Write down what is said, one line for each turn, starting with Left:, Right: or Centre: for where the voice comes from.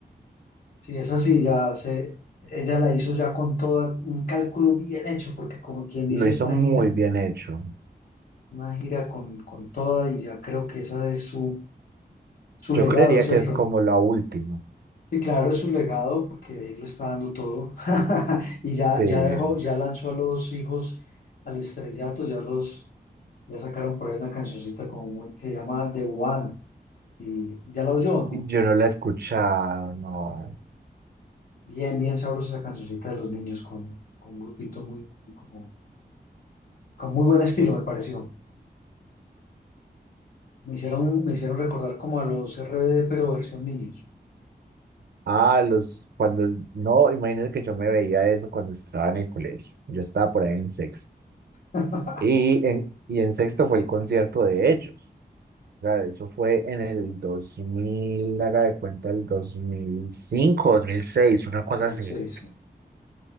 Left: si es así, ya se, ella la hizo ya con todo un cálculo bien hecho, porque como quien dice
Right: Lo hizo
Left: esta
Right: muy
Left: gira,
Right: bien hecho.
Left: una gira con, con toda y ya creo que esa es su, su
Right: Yo
Left: legado,
Right: creería
Left: ¿cierto?
Right: que es como la última,
Left: Sí, claro, es su legado, porque ahí lo está dando todo. <laughs> Y ya,
Right: sí.
Left: ya dejó, ya lanzó a los hijos al estrellato, ya los, ya sacaron por ahí una cancioncita como muy- que llama The One. Y ya la oyó, ¿no?
Right: Yo no la he escuchado, no.
Left: Bien, bien sabrosa esa cancioncita de los niños con, con un grupito muy, muy como, con muy buen estilo,
Right: Sí.
Left: me pareció. Me hicieron, me hicieron recordar como a los RBD, pero versión niños.
Right: Ah, los, cuando, no, imagínate que yo me veía eso cuando estaba en el colegio. Yo estaba por ahí en sexto.
Left: <laughs>
Right: Y en, y en sexto fue el concierto de ellos. O sea, eso fue en el dos mil haga de cuenta, el dos dos mil cinco dos mil seis una cosa
Left: 2006,
Right: así.
Left: sí.